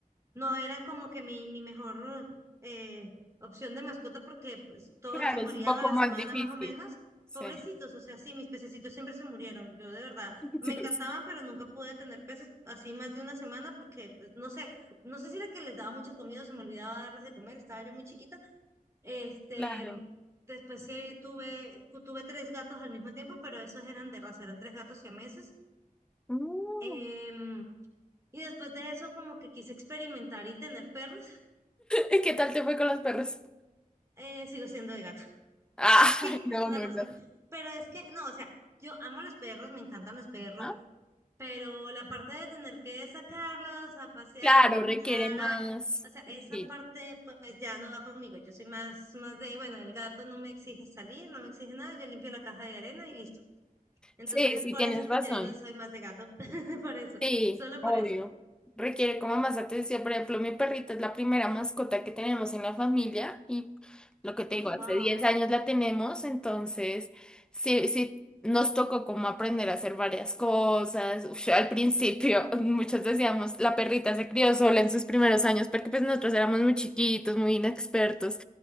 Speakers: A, on the right; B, in the centre.
A: no eran como que mi, mi mejor eh, opción de mascota porque pues todos
B: Claro,
A: se morían
B: es un poco
A: a la
B: más
A: semana
B: difícil.
A: más o menos.
B: Sí.
A: Pobrecitos, o sea, sí, mis pececitos siempre se murieron. Yo de verdad
B: <laughs>
A: me encantaban, pero nunca pude tener peces así más de una semana porque, pues, no sé, no sé si era que les daba mucha comida, o se me olvidaba darles de comer, estaba yo muy chiquita. Este,
B: Claro.
A: después sí tuve, tuve tres gatos al mismo tiempo, pero esos eran de raza, eran tres gatos siameses.
B: Mm.
A: meses y después de eso, como que quise experimentar y tener perros, <laughs>
B: ¿Y qué tal te fue con los perros?
A: eh, sigo siendo de gato,
B: Ah,
A: <laughs> sigo
B: <laughs>
A: siendo
B: no,
A: la
B: no,
A: persona.
B: no.
A: Pero es que, no, o sea, yo amo los perros, me encantan los perros,
B: Ah,
A: pero la parte de tener que sacarlos a pasear,
B: Claro,
A: a caminar,
B: requiere más.
A: a- o sea, esa
B: Sí,
A: parte pues ya no va conmigo. Yo soy más, más de, bueno, el gato no me exige salir, no me exige nada, yo limpio la caja de arena y listo. Entonces
B: sí,
A: es
B: sí,
A: por
B: tienes
A: eso que
B: razón.
A: yo digo soy más de gato, <laughs> por eso,
B: Sí,
A: solo por
B: obvio.
A: eso.
B: Requiere como más atención. Por ejemplo, mi perrita es la primera mascota que tenemos en la familia y lo que te
A: Ay,
B: digo, hace
A: wow.
B: 10 años la tenemos, entonces sí, sí nos tocó como aprender a hacer varias cosas. Uf, al principio, <laughs> muchos decíamos, la perrita se crió sola en sus primeros años porque pues nosotros éramos muy chiquitos, muy inexpertos.